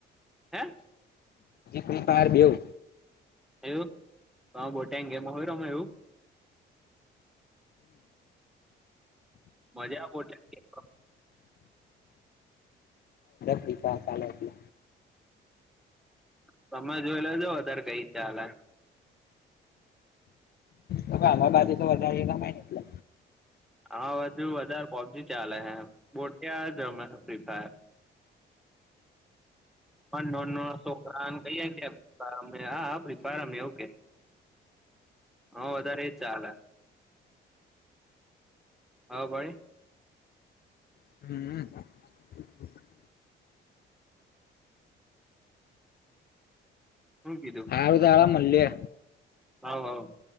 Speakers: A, in the centre; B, on the left.
A: હે
B: ફ્રી ફાયર બેઉ
A: એવું બહુ ટાઈમ ગમે રમે એવું મજા <unintelligible>
B: <unintelligible>
A: તમે જોઈ લજો વધારે કઈ ચાલે.
B: તો આમા બાજુ તો વધારે એ એટલે
A: હા હુ હારે પોબજી ચાલે છે બોટિયા જ રમે ફ્રી ફાયર. <inaudible> નો નો છોકરા કઈએ કે ફ્રી ફાયર રમીએ હા હા ફ્રી ફાયર રમીએ ઓકે. હા વધારે એ ચાલે. હા ભહી
B: હમ <unintelligible>
A: હું કીધું?
B: આવદાળ મલીએ.
A: હ હ